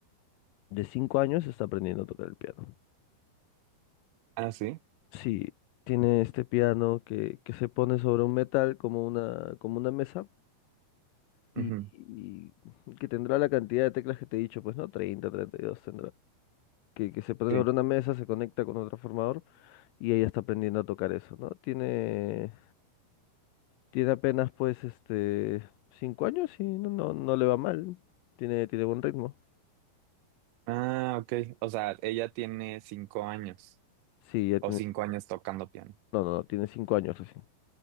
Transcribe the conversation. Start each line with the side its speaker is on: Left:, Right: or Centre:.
Left: de 5 años está aprendiendo a tocar el piano.
Right: Ah, sí.
Left: Sí, tiene este piano que, que se pone sobre un metal como una, como una mesa y,
Right: Ujú,
Left: y que tendrá la cantidad de teclas que te he dicho, pues no, treinta treinta y dos tendrá. Que, que se pone
Right: sí.
Left: sobre una mesa, se conecta con otro formador y ella está aprendiendo a tocar eso, ¿no? Tiene, tiene apenas pues este 5 años y no, no, no le va mal, tiene, tiene buen ritmo.
Right: Ah, ok. O sea, ella tiene cinco años
Left: Sí, ya
Right: o
Left: tiene
Right: cinco
Left: cinco
Right: años
Left: años.
Right: tocando piano.
Left: No, no, no, tiene cinco años recién.